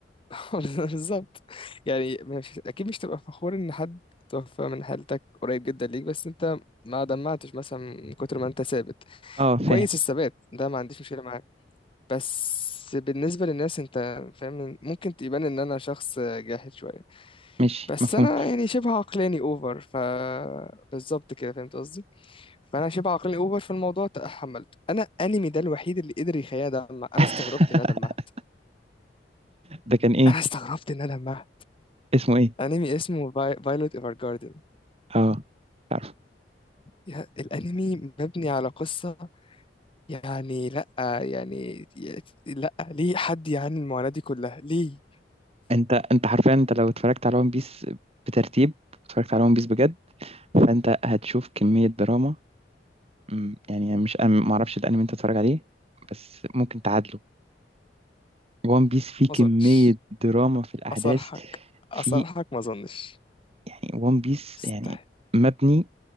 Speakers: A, on the left; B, on the right.
A: <laughs> بالظبط يعني مش اكيد مش تبقى فخور ان حد توفى من حالتك قريب جدا ليك بس انت ما دمعتش مثلا من كتر ما انت ثابت
B: <laughs> اه فاهم
A: كويس الثبات ده ما عنديش مشكله معاك بس بالنسبه للناس انت فاهم ممكن تبان ان انا شخص جاحد شويه
B: ماشي
A: بس
B: مفهوم
A: انا يعني شبه عقلاني اوفر ف بالظبط كده فهمت قصدي فانا شبه عقلاني اوفر في الموضوع تحملته انا انمي ده الوحيد اللي قدر يخليني ادمع انا
B: <laughs>
A: استغربت ان انا دمعت
B: ده كان ايه
A: انا استغربت ان انا دمعت
B: اسمه ايه
A: انمي اسمه فايلوت ايفر جاردن
B: اه تعرف
A: يا الانمي مبني على قصة يعني لا يعني لا ليه حد يعاني المعاناة دي كلها ليه
B: انت انت حرفيا انت لو اتفرجت على ون بيس بترتيب اتفرجت على ون بيس بجد فانت هتشوف كمية دراما مم، يعني مش أنا ما اعرفش الانمي انت تتفرج عليه بس ممكن تعادله وان بيس فيه
A: ما
B: كمية
A: اظنش
B: دراما في الاحداث
A: اصرحك
B: في
A: اصرحك ما اظنش
B: يعني وان بيس
A: مستحيل
B: يعني مبني